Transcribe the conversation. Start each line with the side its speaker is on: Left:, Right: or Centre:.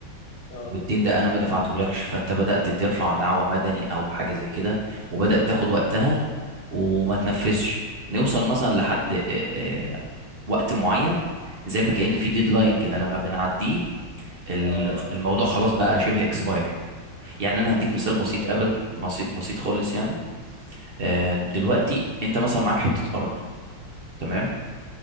Left: اه
Right: والدين ده أنا ما دفعتهولكش فأنت بدأت ترفع دعوة مدني أو حاجة زي كده وبدأت تاخد وقتها
Left: اه
Right: وما تنفذش نوصل مثلا لحد آه آه وقت معين زي ما كأن في
Left: مم.
Right: ديدلاين كده لما بنعديه ال-
Left: اه
Right: الموضوع خلاص بقى شبه اكسباير يعني انا هديك مثال بسيط
Left: آه.
Right: قبل بسيط بسيط خالص يعني آه، دلوقتي انت مثلا معاك حتة ارض تمام